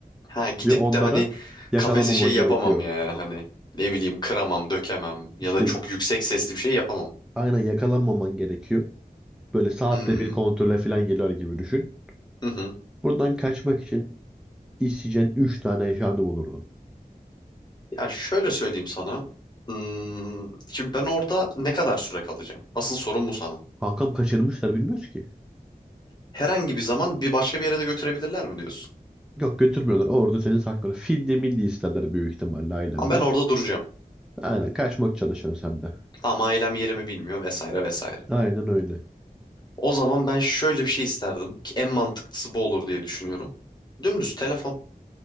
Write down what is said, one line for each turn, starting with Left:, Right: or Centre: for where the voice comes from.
Left: Ha gidip
Centre: Ve onlara
Left: de hani
Centre: yakalamaman
Left: kafesi şey yapamam
Centre: gerekiyor.
Left: yani hani ne bileyim kıramam, dökemem ya
Centre: İşte
Left: da çok yüksek sesli bir şey yapamam.
Centre: Aynen yakalanmaman gerekiyor. Böyle saatte
Left: Hmm.
Centre: bir kontrole falan geliyor gibi düşün.
Left: Hı hı.
Centre: Buradan kaçmak için isteyeceğin 3 tane eşyanı olurdu.
Left: Ya şöyle söyleyeyim sana. Hmm, Şimdi ben orada ne kadar süre kalacağım? Asıl sorun bu sana.
Centre: Kankam kaçırmışlar bilmiyoruz ki.
Left: Herhangi bir zaman bir başka bir yere de götürebilirler mi diyorsun?
Centre: Yok götürmüyorlar. Orada seni saklar. Fidye milli isterler büyük ihtimalle ailenden.
Left: Ama ben orada duracağım.
Centre: Aynen kaçmak çalışıyorsun sen de.
Left: Ama ailem yerimi bilmiyor vesaire vesaire.
Centre: Aynen öyle.
Left: O zaman ben şöyle bir şey isterdim ki en mantıklısı bu olur diye düşünüyorum. Dümdüz telefon.